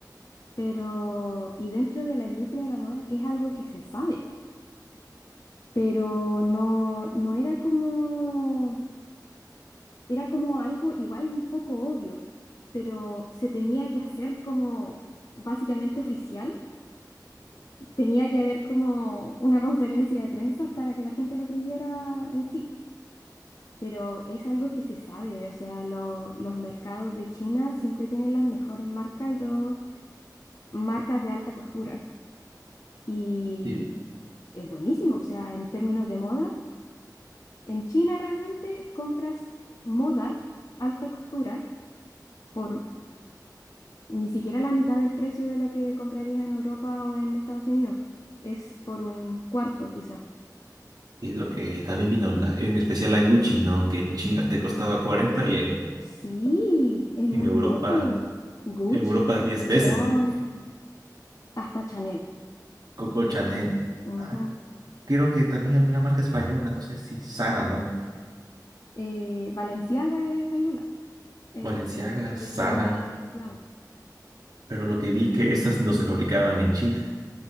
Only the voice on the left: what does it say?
Pero, y dentro de la industria de la moda es algo que se sabe. Pero no, no era como, era como algo igual un poco obvio. Pero se tenía que hacer como básicamente oficial. Tenía que haber como una conferencia de prensa para que la gente lo creyera en sí. pero es algo que se sabe, o sea, lo- los mercados de China siempre tienen las mejores marcas y todo, marcas de alta costura. Y
es buenísimo, o sea, en términos de moda, en China realmente compras moda, alta costura, por ni siquiera la mitad del precio de lo que comprarías en Europa o en Estados Unidos. Es por un cuarto, quizás.
Sí, es
muy
loco. Gucci,
Louis
Vuitton,
hasta Chanel.
Ujú.
Eh, Valenciaga es española. eh,
Cristóbal
Valenciaga.